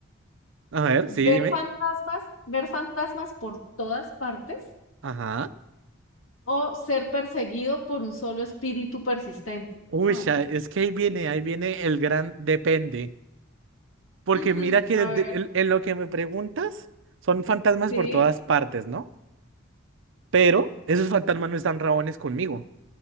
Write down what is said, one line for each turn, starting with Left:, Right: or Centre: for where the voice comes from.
Right: A ver,
Left: ¿Ver
Right: sí, dime.
Left: fantasmas, ver fantasmas por todas partes
Right: Ajá.
Left: O ser perseguido por un solo espíritu persistente.
Right: Uy, ya,
Left: Ay, no.
Right: es que ahí viene, ahí viene el gran depende. Porque
Left: Ujú,
Right: mira que
Left: A
Right: el
Left: ver,
Right: de- el- en lo que me preguntas, son fantasmas
Left: sí,
Right: por todas partes, ¿no? Pero esos fantasmas no están rabones conmigo.